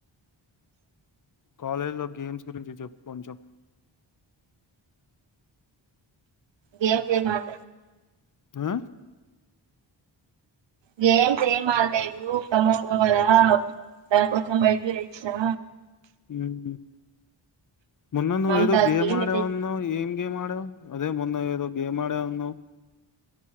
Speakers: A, on the left (about 40°); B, on the right (about 65°).
A: కాలేజ్ లో గేమ్స్ గురించి జెప్ కొంచెం.
B: గేమ్సే మాట
A: అ
B: గేమ్సేమ్ ఆల్లేదు కమ్కుకొమ్మగా. దాన్ కోసం బైట్ జేయిచ్చినా.
A: ఉమ్ మొన్న నువ్వేదో
B: మమతాకి
A: గేమాడవన్నావ్
B: మెసేజ్
A: ఏం గేమాడవ్. అదే మొన్న ఏదో గేమాడ అన్నావ్